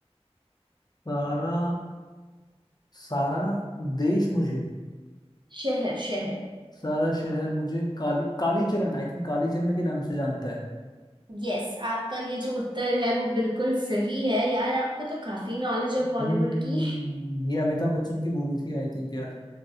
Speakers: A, on the left; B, on the right.
A: सारा सारा देश मुझे
B: शहर शहर
A: सारा शहर मुझे काली कालीचरण आई थिंक कालीचरण के नाम से जानता है
B: यस आपका ये जो उत्तर है वो बिल्कुल सही है यार आपको तो काफी नॉलेज है
A: हम्म
B: बॉलीवुड की
A: ये अमिताभ बच्चन की मूवी थी आई थिंक यार